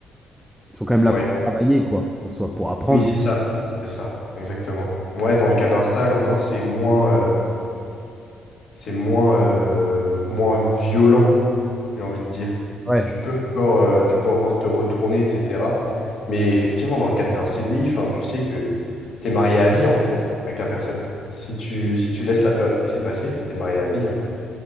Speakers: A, in the centre; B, on the left (about 50°).
A: ils sont quand même là
B: Ouais.
A: pour travailler quoi, en soi, pour apprendre.
B: Oui, c'est ça. C'est ça, exactement. Ouais, dans le cas d'un stage, encore, c'est moins, euh, c'est moins, euh, moins violent. j'ai envie de dire.
A: Ouais.
B: Tu peux encore, euh, tu peux encore te retourner, etc. Mais effectivement, dans le cadre d'un CDI, enfin, tu sais que tu es marié à vie, en fait, avec la personne. Si tu, si tu laisses la période qui s'est tu es marié à vie. hein.